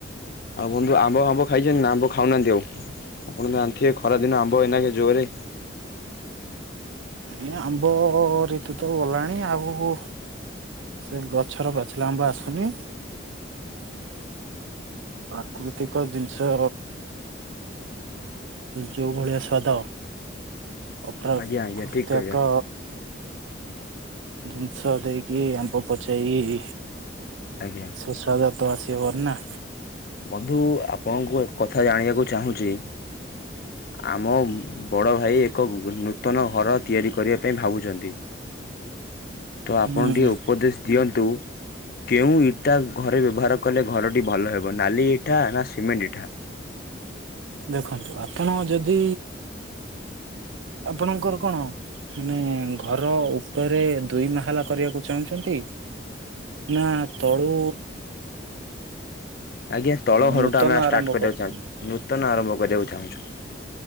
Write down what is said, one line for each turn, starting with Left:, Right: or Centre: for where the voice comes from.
Left: ଆଉ ବନ୍ଧୁ ଆମ୍ବ ଆମ୍ବ ଖାଇଛନ୍ତି ନା ଆମ୍ବ ଖାଉନାହାନ୍ତି, ଆଉ ଆପଣ ଜାଣିଥିବେ ଖରାଦିନ ଆମ୍ବ ଏଇନା ଜୋରରେ
Right: ନାଇଁ ଆମ୍ବ ଋତୁ ତ ଗଲାଣି ଆଗକୁ ସେ ଗଛର ପାଚିଲା ଆମ୍ବ ଆସୁନି, ପ୍ରାକୃତିକ ଜିନିଷ ଯୋଉ ଭଳିଆ ସ୍ଵାଦ ଅପରାକୃତ୍ୟକ
Left: ଆଜ୍ଞା ଆଜ୍ଞା ଠିକ୍ କହିଲେ
Right: ଜିନିଷ ଦେଇକି ଆମ୍ବ ପଚେଇ
Left: ଆଜ୍ଞା
Right: ସୁସ୍ଵାଦ ତ ଆସିବନି ନା।
Left: ବନ୍ଧୁ, ଆପଣଙ୍କୁ ଏକ କଥା ଜାଣିବାକୁ ଚାହୁଁଛି। ଆମ ବଡ଼ ଭାଇ ଏକ ନୂତନ ଘର ତିଆରି କରିବା ପାଇଁ ଭାବୁଛନ୍ତି, ତ ଆପଣ
Right: ହୁଁ
Left: ଟିକେ ଉପଦେଶ ଦିଅନ୍ତୁ। କି କେଉଁ ଇଟା ଘରେ ବ୍ୟବହାର କଲେ ଘରଟି ଭଲ ହେବ? ନାଲି ଏଇଠା ନା ସିମେଣ୍ଟ ଏଇଠା?
Right: ଦେଖନ୍ତୁ ଆପଣ ଯଦି ଆପଣଙ୍କର କଣ ମାନେ ଘର ଉପରେ ଦୁଇ ମା ହେଲା କରିବାକୁ ଚାହୁଁଛନ୍ତି ନା ତଳୁ?
Left: ଆଜ୍ଞା ତଳ ଘର
Right: ନୂତନ
Left: ଟା ଆମେ ଷ୍ଟାର୍ଟ
Right: ଆରମ୍ଭ
Left: କରିକୁ
Right: କରୁଛନ୍ତି
Left: ଚାହୁଁଛୁ, ନୂତନ ଆରମ୍ଭ କରିବାକୁ ଚାହୁଁଛୁ,